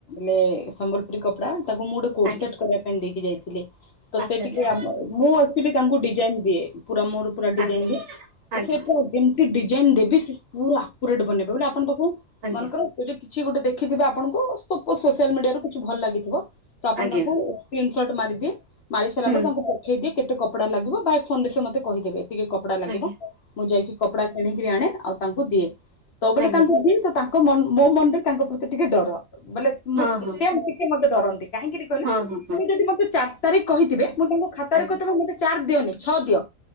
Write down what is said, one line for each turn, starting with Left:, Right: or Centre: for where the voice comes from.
Left: ମେ ସମ୍ବଲପୁରୀ କପଡ଼ା ତାକୁ ମୁଁ ଗୋଟେ କୋଟ
Right: ଆଜ୍ଞା
Left: ସେଟ୍ କରିବା ପାଇଁ ଦେଇକି ଯାଇଛି। <inaudible> ତ
Right: ଆଚ୍ଛା
Left: ସେ
Right: ଆଚ୍ଛା
Left: ଟିକେ ମୁଁ ଆସି ତାଙ୍କୁ ଡିଜାଇନ ଦିଏ ପୁରା ମୋର ରଡି
Right: ଆଜ୍ଞା।
Left: ଯାଇନ୍ତି ତ
Right: ଆଜ୍ଞା
Left: ସେ ପଜିନ ଡିଜାଇନ ଦେବି ସେ ପୁରା ପୁରା ଡ ବନେବେ ବ ବୋଲି ଆପଣ ପାଖ
Right: ଆଜ୍ଞା
Left: ମନେ କର କିଛି ଗୋଟେ ଦେଖିଥିବେ ଆପଣଙ୍କୁ ସୋସିଆଲ ମିଡିଆରୁ କିଛି ଭଲ ଲାଗିଥିବ ତ ଆପଣ
Right: ଆଜ୍ଞା
Left: ତାଙ୍କୁ ସୋଟ ମାରି ମାରି ସାରା
Right: ହୁଁ
Left: ପରେ ତାଙ୍କୁ ପଠେଇ ଦେଇ କେତେ କପଡ଼ା ଲାଗିବ ବା ଫୋନ ରେ ସେ ମତେ କହିଦେବେ ଟିକେ କପଡା ଲାଗିବ
Right: ଆଜ୍ଞା।
Left: ମୁଁ ଯାଇକି କପଡା କିଣିକରି ଆଣେ ଆଉ ତାଙ୍କୁ ଦିଏ ତୋବେଳେ
Right: ଆଜ୍ଞା
Left: ତାଙ୍କୁ
Right: ଆଜ୍ଞା
Left: ତାଙ୍କ ମୋ ମନରେ ତାଙ୍କ ପ୍ର ସେେ ଟିକେ ଡର ମାନେ
Right: ହଁ
Left: ମୁଁ
Right: ହଁ
Left: ସେ ଟିକେ ମତେ ଡରନ୍ତି କାହିଁକିରି କହିଲେ
Right: ହଁ ହଁ
Left: ତୁ
Right: ହଁ
Left: ଯଦି ମତେ ଚାରି ତାରିଖ କହିଥିବେ ମୁଁ ତାଙ୍କ ଖାତାରେ
Right: ଆଜ୍ଞା
Left: କହି ମତେ ଚାର ଦିନି ଛଅ ଦିଅ